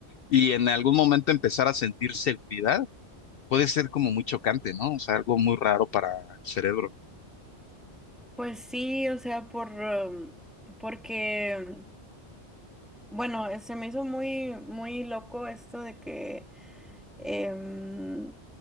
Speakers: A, on the left (about 65°); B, in the centre.
A: y en algún momento empezar a sentir seguridad. puede ser como muy chocante, ¿no? O sea, algo muy raro para el cerebro.
B: Pues sí, o sea, por, em, porque, bueno, eh, se me hizo muy, muy loco esto de que em,